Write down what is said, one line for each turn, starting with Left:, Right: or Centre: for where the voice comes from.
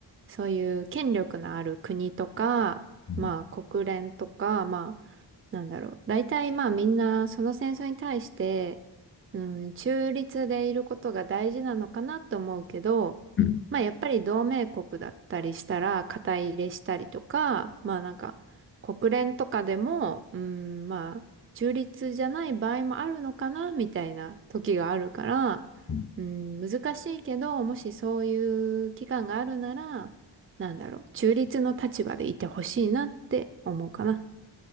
Right: う。そういう権力のある国とか、
Left: うん、
Right: まあ国連とか、まあ、なんだろう。大体まあみんなその戦争に対して、うん、中立でいることが大事なのかなと思うけど、
Left: うん、
Right: まあやっぱり同盟国だったりしたら肩入れしたりとか、まあなんか国連とかでも、うん、まあ中立じゃない場合もあるのかなみたいな時があるから、
Left: うん。
Right: うん、難しいけど、もしそういう期間があるなら、なんだろう、中立の立場でいてほしいなって思うかな。